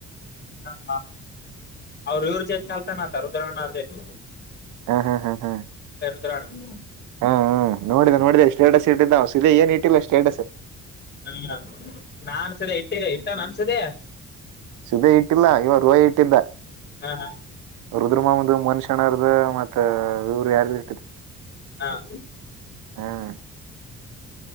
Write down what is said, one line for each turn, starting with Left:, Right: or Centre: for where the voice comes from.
Left: ಹ ಅವ್ರ ಇವ್ರ ಜೊತೆ ಕಲ್ತಾನತ ರುದ್ರಣ್ರ ಜೊತೆ
Right: ಹ್ಮ್ ಹಾ ಹಾ್ ಹ್ಮ್
Left: ಎ <unintelligible>
Right: ಹಾ ಹ ನೋಡಿದೆ ನೋಡಿದೆ ಸ್ಟೇಟಸ್ ಇಟ್ಟಿದ್ದ ಸದೆ ಏನ್ ಇಟ್ಟಿಲ್ಲ ಸ್ಟೇಟಸ್.
Left: ಹ್ಮ ನನ್ಸಿದೆ ಇಟ್ಟಿದೆ ಇಟ್ಟ ನ ಅನ್ಸಿದೆ
Right: ಸಧ ಇಟ್ಟಿಲ್ಲ ಇವಾಗ ರೋಹಿ ಇಟ್ಟಿದ್ದ
Left: ಹ ಹ
Right: ರುದ್ರಮಮ ಮನುಷ್ಯ ಶಕ್ಷಣ್ದ ಮತ್ತ ಇವರು ಯಾರು ಇಟ್ಟಿದ
Left: ಹಾಂ
Right: ಹ್ಮ್